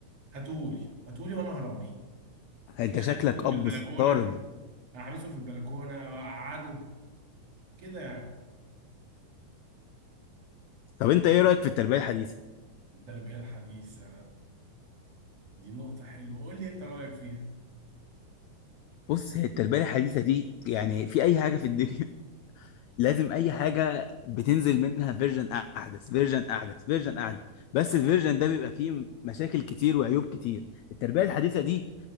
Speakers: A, on the right; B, on the left.
A: هاتهولي هاتهولي وانا هربيه
B: انت
A: يعني
B: شكلك
A: احبسه
B: اب
A: في البلكونه
B: صارم
A: احبسه في البلكونه واقعده كده يعني
B: طب انت ايه رايك في التربيه الحديثه
A: التربيه الحديثه دي نقطه حلوه قول لي انت رايك فيها
B: بص هي التربيه الحديثه دي يعني في اي حاجه في الدنيا لازم اي حاجه بتنزل منها فيرجن احدث فيرجن احدث فيرجن احدث بس الفيرجن ده بيبقى فيه مشاكل كتير وعيوب كتير التربيه الحديثه دي